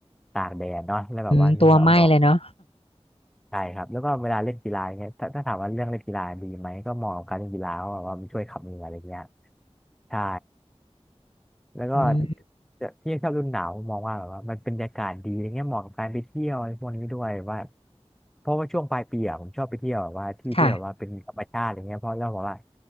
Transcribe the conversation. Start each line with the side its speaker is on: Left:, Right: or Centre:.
Centre: ตากแดดเนาะแล้วแบบว่าเหงื่อมันออก
Left: อืมตัวไหม้เลยเนาะ
Centre: ใช่ครับแล้วก็เวลาเล่นกีฬายเนี่ยถ้าถ้าถามว่าเรื่องเล่นกีฬาดีไหมก็เหมาะกับการเล่นกีฬาเพราะว่ามันช่วยขับเหงื่ออะไรเงี้ยใช่แล้วก็
Left: อืม
Centre: แต่พี่ชอบฤดูหนาวมองว่าแบบว่ามันเป็นบรรยากาศดีอะไรเงี้ยเหมาะกับการไปเที่ยวอะไรพวกนี้ด้วยว่าเพราะว่าช่วงปลายปีอะผมชอบไปเที่ยวแบบว่าที่ที่แบบว่าเป็นธรรมชาติอะไรเงี้ยเพราะเราบอกว่า
Left: ค่ะ